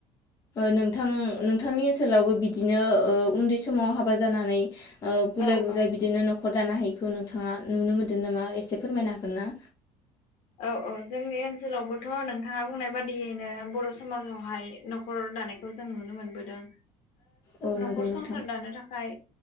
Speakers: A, on the left (about 25°); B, on the left (about 60°).
A: नोंथां नोंथांनि ओनसोलावबो बिदिनो उन्दै समाव हाबा जानानै गुलाय
B: औ
A: गुजाय
B: औ
A: बिदिनो नखर नखर दानो हायिखौ नोंथाङा नुनो मोन्दों नामा एसे फोरमायनो हागोन ना
B: औ औ जोंनि ओनसोलावबोथ' नोंथाङा बुंनाय बादियैनो बर' समाजावहाय न'खर दानायखौ जों नुनो मोनबोदों
A: औ
B: न'खर
A: नंगौ नोंथां।
B: संसार दानो थाखाय